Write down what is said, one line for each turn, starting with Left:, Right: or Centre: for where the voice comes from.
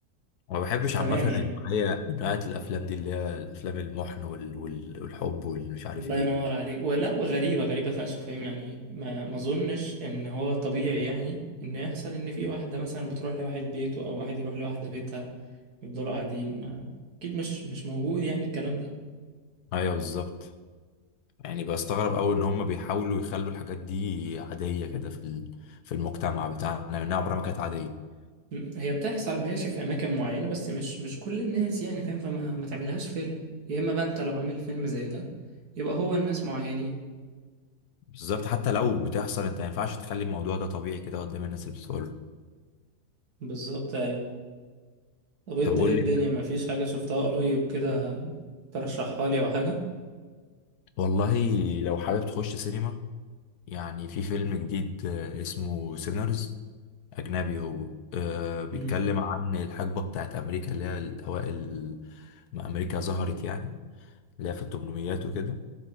Left: ما بحبش
Right: مش تمام
Left: عامه النوعيه
Right: يعني
Left: من نوعيه الافلام دي اللي هي الافلام المحن وال... وال... والحب والمش عارف
Right: الله
Left: ايه
Right: ينور عليك ولا وغريبة غريبة فشخ فاهم يعني ما ما اظنش ان هو طبيعي يعني ان يحصل ان في واحدة مثلا بتروح لواحد بيته او واحد يروح لواحدة بيتها يفضلوا قاعدين ما اكيد مش مش موجود يعني الكلام ده
Left: ايوه بالظبط يعني بستغرب أوي إن هم بيحاولوا يخلوا الحاجات دي عادية كده في ال- في المجتمع بتاعنا لأنها عمرها ما كانت عادية
Right: م- هي بتحصل ماشي في اماكن معينه بس مش مش كل الناس يعني فاهم فما ما تعملهاش فيلم يا اما بقى انت لو عامل فيلم زي ده يبقى هو الناس معينين
Left: بالظبط حتى لو بتحصل أنت ما ينفعش تخلي الموضوع ده طبيعي كده قدام الناس اللي بتتفرج
Right: بالظبط ايوه طب انت
Left: طب قول
Right: ايه الدنيا
Left: لي
Right: ما فيش حاجه شفتها قريب كده ترشحها لي او حاجه
Left: والله لو حابب تخش سينما يعني في فيلم جديد آه، اسمه سينرز أجنبي هو أه بيتكلم
Right: امم
Left: عن الحقبة بتاعت أمريكا اللي هي الأوائل ما أمريكا ظهرت يعني اللي هي في التمنميات وكده